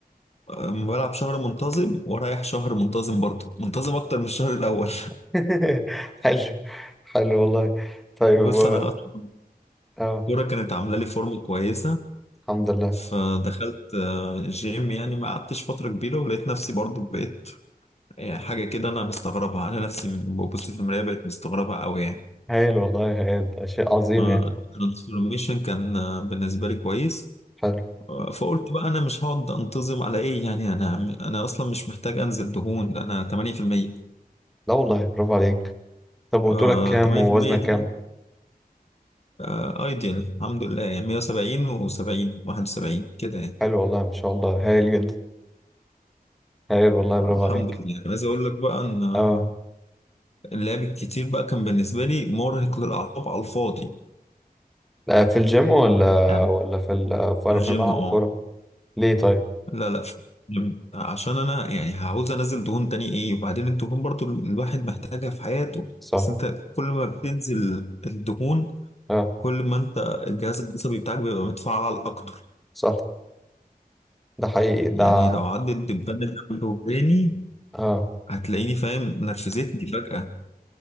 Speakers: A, on the left; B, in the centre.
A: أم- بلعب شهر منتظم ورايح شهر منتظم برضو منتظم اكتر من الشهر الاول
B: <laughs> حلو حلو والله
A: <laughs>
B: طيب
A: بص
B: و-
A: انا اصلا
B: اه
A: الكوره كانت عامله لي فورمه كويسه
B: الحمد لله
A: فدخلت آه، جيم يعني ما قعدتش فتره كبيره ولقيت نفسي برضو بقيت آه، حاجه كده انا مستغربها انا نفسي ببص في المرايه بقيت مستغربها قوي يعني
B: هايل والله هايل ده شيء عظيم يعني
A: الترانسفورميشن كان آه، بالنسبه لي كويس
B: حلو
A: فقلت بقى انا مش هقعد انتظم على ايه يعني انا انا اصلا مش محتاج انزل دهون ده انا 8%
B: لا والله برافو عليك طب وطولك
A: آه،
B: كام
A: 8%
B: ووزنك
A: دي
B: كام
A: آه، ايديال الحمد لله يعني 170 و70 71 كده يعني
B: حلو والله ما شاء الله هايل جدا هايل والله
A: الحمد
B: برافو عليك
A: لله عايز اقول لك بقى ان آه،
B: اه
A: اللعب الكتير بقى كان بالنسبه لي مرهق للاعصاب على الفاضي
B: لا في الجيم ولا
A: يعني
B: ولا في ال... ولا
A: الجيم
B: في الملعب
A: اه
B: الكورة ليه طيب
A: لا لا في الجيم عشان انا يعني هعوز انزل دهون تاني ايه وبعدين الدهون برضو الواحد محتاجها في حياته
B: صح
A: بس انت كل ما بتنزل الدهون
B: اه
A: كل ما انت الجهاز العصبي بتاعك بيبقى متفعل اكتر
B: صح ده حقيقي ده
A: يعني لو عدت دبانة جنب وداني
B: اه
A: هتلاقيني فاهم نرفزتني فجأة